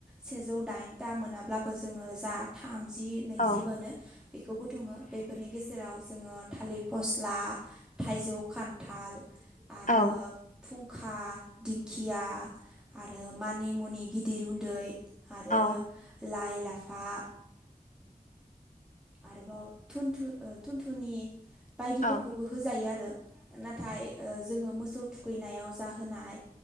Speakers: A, in the centre; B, on the left (about 55°).
A: सेजौ दाइन दा मोनाब्लाबो जोङो जा थाम जि नैजिबानो
B: औ
A: बेखौ बुथुमो बे जेराव जोङो थालिर फस्ला थाइजौ खान्थाल आरो
B: औ
A: फुं खुखा दिंखिया आरो मानि मुनि गिदिर उन्दै आरो
B: औ
A: लाइ लाफा आरोबाव थुनथु थुनथुनि बायदिफोरखौबो
B: औ
A: होजायो आरो नाथाय जोङो मोसौ थुखैनायाव जाहोनाय